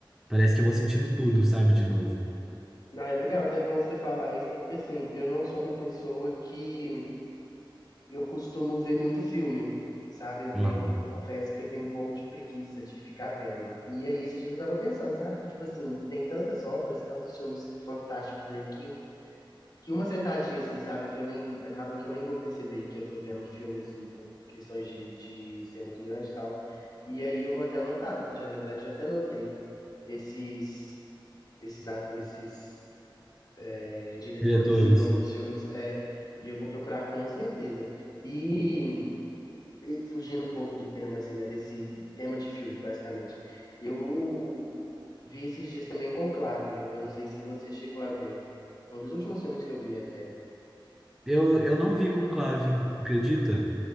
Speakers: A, in the centre; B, on the left (about 50°).
A: parece que eu vou sentindo tudo, sabe, de novo.
B: Não, é legal, até é bom você falar isso, porque assim, eu não sou uma pessoa que Eu costumo ver muito filme, sabe? Eu
A: Uhum.
B: tenho, eu confesso que eu tenho um pouco de preguiça de ficar vendo. E aí esses dias eu tava pensando, sabe? Que tipo assim, tem tantas obras, tantos filmes fantásticos aí que que uma sentadinha assim, sabe? Que eu nem acaba que eu nem vou perceber que eu tô vendo um filme assim por questões de, de ser muito grande e tal. E aí eu vou até anotar, já na verdade já até anotei esses esses atores, esses é, diretores
A: Diretores.
B: e o nome dos filmes é e eu vou procurar com certeza. E e fugindo um pouco do tema, assim, né? Desse tema de filme, basicamente. Eu vi esses dias também Conclave. Eu não sei se você chegou a ver. Foi um dos últimos filmes que eu vi até.
A: Eu, eu não vi Conclave, acredita?